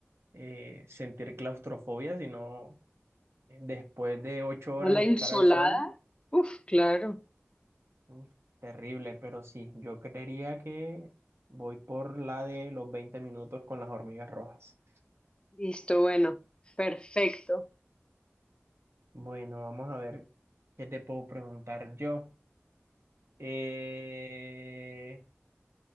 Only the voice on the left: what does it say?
¿No la
insolada?
Uf, claro.
Listo, bueno. Perfecto.